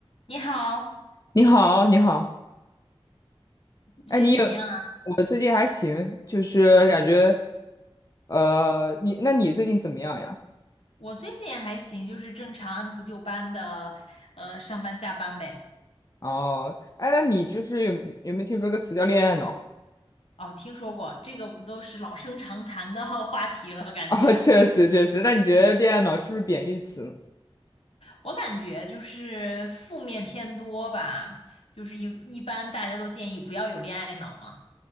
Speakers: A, on the left; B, on the left.
A: 你好，
B: 你好，你好，
A: 你最近怎么样啊？
B: 哎，你有，我最近还行，就是感觉，呃，你，那你最近怎么样呀？
A: 我最近也还行，就是正常按部就班的，呃，上班下班呗。
B: 哦，哎，那你就是有有没有听说个词叫恋爱脑？
A: 哦，听说过，这个不都是老生常谈的 <laughs> 话题了？感觉，
B: <laughs> 啊、确实确实，那你觉得恋爱脑是不是贬义词呢
A: 我感觉就是负面偏多吧，就是一一般大家都建议不要有恋爱脑嘛，